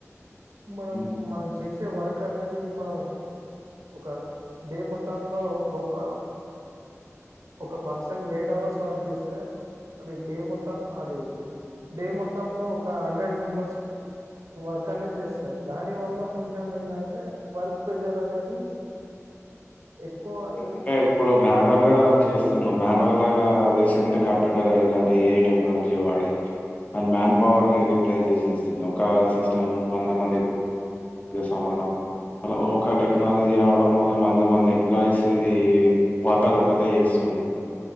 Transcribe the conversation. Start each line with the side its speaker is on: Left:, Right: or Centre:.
Right: మనం
Left: హ్మ్.
Right: మనం చేసే వర్ కనేది మనం ఒక డే మొత్తంలో ఒక, ఒక పర్సన్ ఎయిట్ అవర్స్ వర్క్ చేస్తే అది డే మొత్తం అది డే మొ త్తంలో ఒక హండ్రెడ్ మెంబర్స్ వర్క్ అనేది చేస్స దాని వల్ల కొంచెం ఏంటంటే వర్క్ ప్రెజర్ అనేది ఎక్కువ అయి
Left: అంటే ఇప్పుడు మాన్వల్ గా చేస్ సున్నం మాన్యువల్ గా తీస ఎంత కంప్యూటర్ ఐది అంటే ఏ ఐ టెక్నాలజీ వాడి అన్ మాన్ పవర్ని రి పేర్ చేసేస్సది, ఒక సిస్టమ్ వంద మంది దో సమానం అలా ఒక టెక్నాలజీ రావడం వల్ల మంద మంది ఎంప్లాయీస్ ఇది వర్క్ అదొకటే ఎస్సుంది.